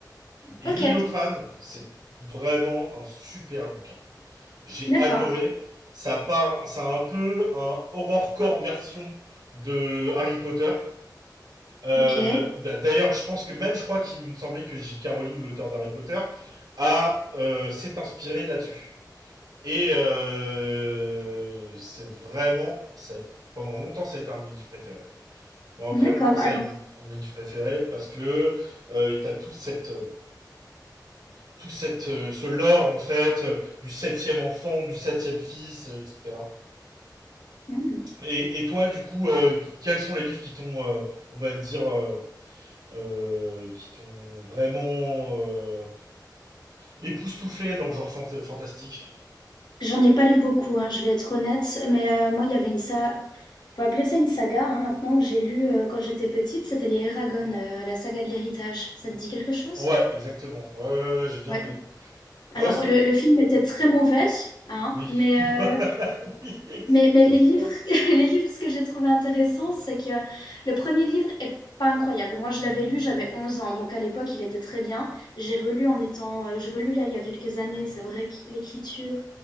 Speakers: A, on the right; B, on the left.
A: Et
B: Ok,
A: L'île au crâne, c'est vraiment un super bouquin. J'ai
B: d'accord,
A: adoré. Ça parle, ça a un peu un horrorcore version de Harry Potter. Euh,
B: ok,
A: D'ailleurs, je pense que même, je crois qu'il me semblait que J.K. Rowling, l'auteur d'Harry Potter, a euh, s'est inspiré là-dessus. Et euh, c'est vraiment, ça- pendant longtemps, ça a été un de mes livres préférés. Pendant
B: d'accord.
A: très longtemps, ça
B: Alors,
A: a été un de mes livres préférés parce que euh, t'as tout cette euh, tout cette, euh, ce lore en fait euh, du septième enfant, du septième fils, euh, etc.
B: hmm.
A: Et, et toi, du coup, euh, quels sont les livres qui t'ont, euh, on va dire, euh, euh, qui t'ont vraiment euh, époustouflé dans le genre fanta- fantastique
B: J'en ai pas lu beaucoup, hein, je vais être honnête, mais euh, moi, il y avait une saga, on peut appeler ça une saga, hein, maintenant que j'ai lu euh, quand j'étais petite, c'était les Eragon, euh, la saga de l'héritage. Ça te dit quelque chose?
A: Ouais, exactement. Ouais, ouais, ouais, j'ai bien
B: Ouais.
A: aimé. Ouais,
B: Alors,
A: c'était.
B: le, le film était très mauvais, hein,
A: Oui.
B: mais, euh,
A: <laughs> oui, excessivement.
B: mais, mais les livres, <laughs> les livres, ce que j'ai trouvé intéressant, c'est que le premier livre est pas incroyable. Moi, je l'avais lu, j'avais 11 ans, donc à l'époque, il était très bien. J'ai relu en étant, euh, j'ai relu là il y a quelques années. C'est vrai que l'écriture